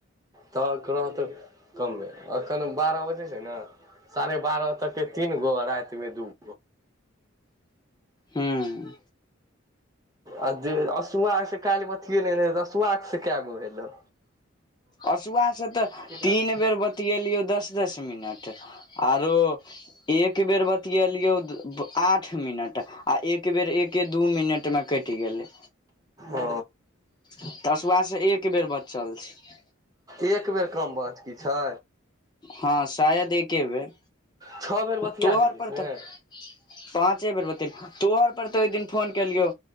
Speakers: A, on the right (about 15°); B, on the left (about 20°).
A: तऽ कोतै कम्मे एखन बारह बजे छै ने साढ़े बारह तक के तीन गो राति मे दू गो
B: हूँ
A: आ जे असुआ से कालहि बथए <unintelligible> नहिसुआ से क गो भेलौ
B: असुआसँ तऽ
A: ठीक राखू
B: तीन बेर बतएलियौ दस दस मिनट आरो एक बेर बतएलियौ आठ मिनट आ एक बेर एके दू मिनटमे कैट गेलै
A: ओ
B: तऽ हँसुआसँ एक बेर बचल छै
A: एक बेर कम बच की छै
B: हँ शायद एके बेे
A: छओ बेर बतिया
B: तोहर
A: गेली
B: पर
A: से
B: तऽ पाँचे बेर बत तोहर पर पर तो ओहि दिन फोन केलियो